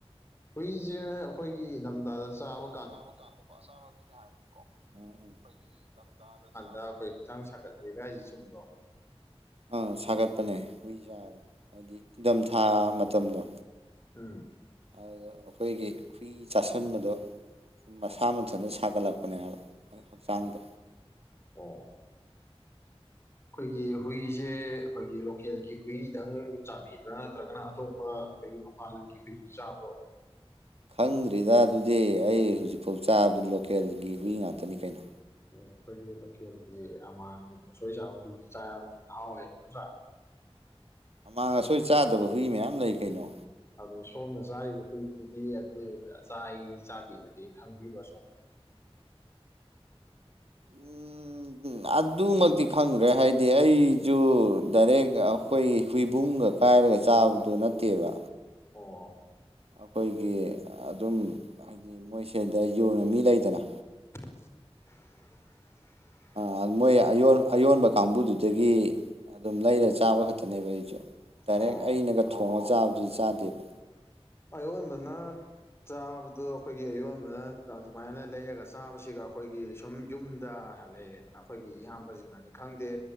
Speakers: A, on the left; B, on the right.
A: ꯍꯨꯏꯖꯦ ꯑꯩꯈꯣꯏꯒꯤ ꯏꯪꯗꯝꯗꯥꯗ ꯆꯥꯕ
B: ꯆꯥꯕ ꯀꯥꯟꯗꯀꯣ ꯑꯆꯥꯕ ꯃꯤꯅ ꯍꯥꯏꯕꯅꯤꯀꯣ ꯎꯝ ꯎꯝ ꯑꯩꯈꯣꯏꯒꯤ ꯏꯪꯗꯝꯗꯥꯗ ꯆꯥ
A: <unintelligible> ꯑꯩꯈꯣꯏ ꯍꯛꯆꯥꯡ ꯁꯥꯒꯠꯂꯦꯒꯥ ꯍꯥꯏꯖꯦ ꯆꯨꯝꯕ꯭ꯔꯣ
B: ꯑꯥ ꯁꯥꯒꯠꯄꯅꯦ ꯍꯨꯏ ꯆꯥꯕ ꯍꯥꯏꯗꯤ ꯏꯪꯗꯝꯊꯥ ꯃꯇꯝꯗꯣ
A: ꯎꯝ
B: ꯑꯗꯨꯗ ꯑꯩꯈꯣꯏꯒꯤ ꯍꯨꯏ ꯆꯥꯁꯟꯕꯗꯣ ꯃꯁꯥ ꯃꯊꯟꯇꯥ ꯁꯥꯒꯠꯂꯛꯄꯅꯦꯕ ꯍꯛꯆꯥꯡꯗꯣ
A: ꯑꯣ ꯑꯩꯈꯣꯏꯒꯤ ꯍꯨꯏꯖꯦ ꯑꯩꯈꯣꯏꯒꯤ ꯂꯣꯀꯦꯜꯒꯤ ꯍꯨꯏꯗꯪ ꯆꯥꯕꯤꯕ꯭ꯔꯥ ꯅꯠꯇ꯭ꯔꯒꯅꯥ ꯑꯇꯣꯞꯄ ꯑꯩꯈꯣꯏꯒꯤ ꯃꯄꯥꯟ ꯂꯝꯒꯤ ꯍꯨꯏꯗꯤ ꯆꯥꯕ꯭ꯔꯣ
B: ꯈꯪꯗ꯭ꯔꯤꯗ ꯑꯗꯨꯗꯤ ꯑꯩ ꯍꯧꯖꯤꯛꯐꯧ ꯆꯥꯕꯗꯤ ꯂꯣꯀꯦꯜꯒꯤ ꯍꯨꯏ ꯉꯥꯛꯇꯅꯤ ꯀꯩꯅꯣ
A: ꯎꯝ ꯑꯩꯈꯣꯏꯒꯤ ꯂꯣꯀꯦꯜꯒꯤ ꯑꯃꯥꯡ ꯑꯁꯣꯏ ꯆꯥꯕ ꯍꯨꯏꯗꯤ ꯆꯥꯕꯗꯤ ꯍꯥꯎꯋꯦꯕ ꯅꯠꯇ꯭ꯔꯥ
B: ꯑꯃꯥꯡ ꯑꯁꯣꯏ ꯆꯥꯗꯕ ꯍꯨꯏ ꯃꯌꯥꯝ ꯂꯩ ꯀꯩꯅꯣ
A: ꯑꯗꯨ ꯁꯣꯝꯅ ꯆꯥꯔꯤꯕ ꯍꯨꯏꯇꯨꯗꯤ ꯑꯗꯨ ꯆꯥꯏ ꯆꯥꯗꯦ ꯑꯗꯨꯗꯤ ꯈꯪꯕꯤꯕ꯭ꯔꯥ ꯁꯣꯝꯅ <inaudible>
B: ꯎꯝ ꯑꯗꯨꯃꯛꯇꯤ ꯈꯪꯗ꯭ꯔꯦ ꯍꯥꯏꯗꯤ ꯑꯩꯖꯨ ꯗꯥꯏꯔꯦꯛ ꯑꯩꯈꯣꯏꯒꯤ ꯍꯨꯏꯕꯨꯝꯒ ꯀꯥꯏꯔꯒ ꯆꯥꯕꯗꯨ ꯅꯠꯇꯦꯕ
A: ꯑꯣ
B: ꯑꯩꯈꯣꯏꯒꯤ ꯑꯗꯨꯝ ꯍꯥꯏꯗꯤ ꯃꯣꯏ <unintelligible> ꯌꯣꯟꯕ ꯃꯤ ꯂꯩꯗꯅ
A: <inaudible>
B: ꯑꯥ ꯃꯣꯏ ꯑꯌꯣꯟ ꯑꯌꯣꯟꯕ ꯀꯥꯡꯕꯨꯗꯨꯗꯒꯤ ꯑꯗꯨꯝ ꯂꯩꯔꯥ ꯆꯥꯕ ꯈꯛꯇꯅꯦꯕ ꯑꯩꯖꯨ ꯗꯥꯏꯔꯦꯛ
A: ꯑꯣ
B: ꯑꯩꯅꯒ ꯊꯣꯡꯉꯒ ꯆꯥꯕꯗꯨꯗꯤ ꯆꯥꯗꯦꯕ
A: ꯑꯌꯣꯟꯕꯅ ꯆꯥꯕꯗꯨ ꯑꯈꯣꯏꯒꯤ ꯑꯌꯣꯟꯕꯅ ꯑꯗꯨꯃꯥꯏꯅ ꯂꯩꯔꯒ ꯆꯥꯕꯁꯤꯒ ꯑꯈꯣꯏꯒꯤ ꯁꯨꯝ ꯌꯨꯝꯗ ꯂꯩꯔꯦꯗꯅ ꯑꯈꯣꯏꯒꯤ ꯏꯌꯥꯝꯕꯁꯤꯡꯅꯅꯤ ꯈꯪꯗꯦ